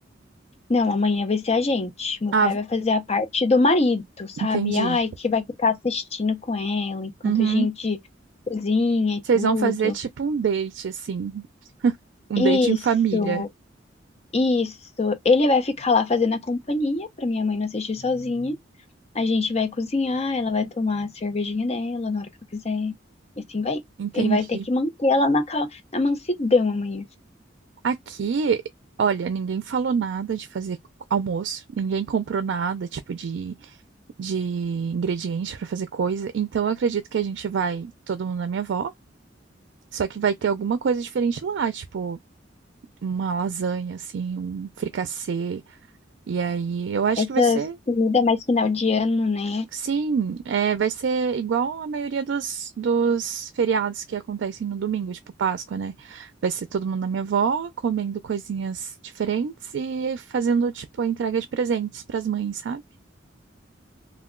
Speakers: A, on the left (about 35°); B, on the right (about 65°).
A: Não, amanhã vai ser a gente. Meu
B: Ah,
A: pai vai fazer a parte do marido, sabe?
B: entendi.
A: Ai, que vai ficar assistindo com ela enquanto
B: Uhum.
A: a gente cozinha e
B: Vocês
A: tudo.
B: vão fazer tipo um date, assim, um
A: Isso,
B: date em família.
A: isso. Ele vai ficar lá fazendo a companhia pra minha mãe não assistir sozinha. A gente vai cozinhar, ela vai tomar a cervejinha dela na hora que ela quiser. E assim vai.
B: Entendi.
A: Ele vai ter que manter ela na, cal- na mansidão amanhã.
B: Aqui, olha, ninguém falou nada de fazer almoço, ninguém comprou nada, tipo de de ingredientes para fazer coisa. Então, eu acredito que a gente vai, todo mundo na minha avó, só que vai ter alguma coisa diferente lá, tipo uma lasanha, assim, um fricassê. E aí, eu acho
A: Essas
B: que vai ser,
A: comidas mais final de ano, né?
B: sim, é, vai ser igual a maioria dos, dos feriados que acontecem no domingo, tipo Páscoa, né? Vai ser todo mundo na minha avó, comendo coisinhas diferentes e fazendo, tipo, a entrega de presentes para as mães, sabe?